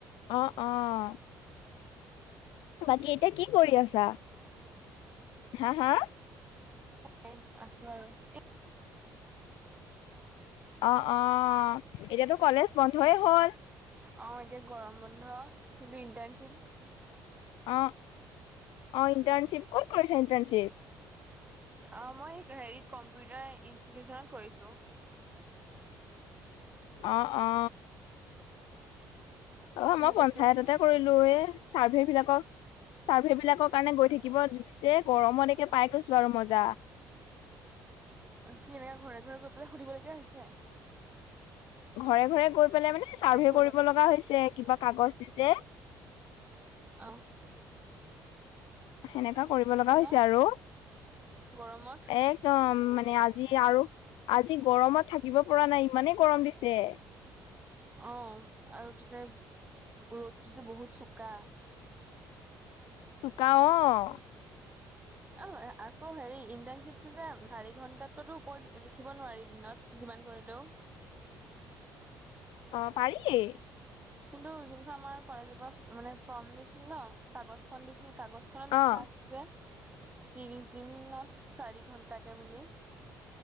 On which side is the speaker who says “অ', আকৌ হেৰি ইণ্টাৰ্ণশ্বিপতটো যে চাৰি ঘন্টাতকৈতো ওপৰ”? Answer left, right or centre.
Right